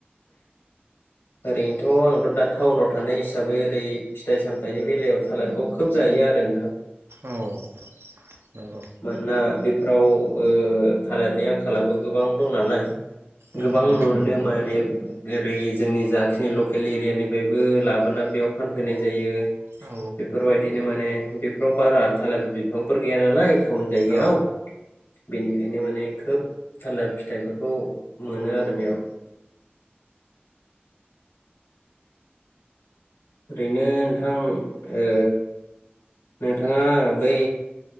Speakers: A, on the left; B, on the right.
A: ओरैनोथ' आंथ' दा टाउनाव थानाय हिसा साबै ओरै फिथाइ सामथायाइनि बेलायाव थालेरखौ खोब जायो आरो नोंथां।
B: औ नोंगौ
A: मानोना बेफोराव ओ थालेरनि आंखालाबो गोबां दं नालाय
B: उम
A: गोबां
B: उम
A: मोनो
B: उम
A: माने ओरै जोंनि जाखिनि लकेल एरिया निफ्रायबो लाब बोना बेयाव फानफैनाय जायो।
B: औ
A: बेफोरबायदिनो माने बेफोराव बारा थालेर बिफांफोर गैया नालाय टाउन जायगायाव
B: औ
A: बेनिखायनो माने खोब थालेर फिथाइफोरखौ मोनो आरो बेयाव। ओरैनो नोंथां ओ नोंथाङा बै